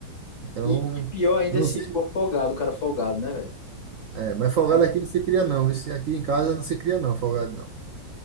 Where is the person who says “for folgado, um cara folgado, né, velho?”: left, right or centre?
Left